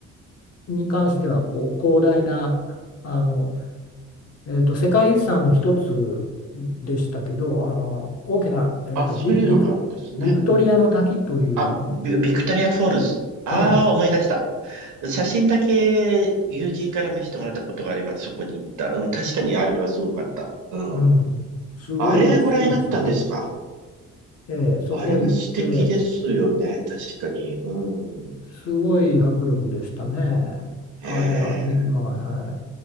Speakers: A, on the left (about 55°); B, on the right (about 75°).
A: に関してはこう広大なあの、えーと、世界遺産の一つでしたけど、あの大きな、えーと、
B: あ、そういうのがあるんですね。
A: ビ、ビク、ビクトリアの滝という、
B: うんあ、ビビクトリアフォールズ。ああ、
A: は
B: 思い出した。写真だけ友人から見せてもらったことがあります。そこに行った。うん、確かにあれはすごかった。うん。
A: い、うん、すごい、
B: あれご覧になったんですか
A: すごいですね。ええそこ行って、
B: あれは素敵ですよね。確かに。うん。
A: すごい迫力でしたね。
B: ええ。
A: あれはみ、まあ、はい、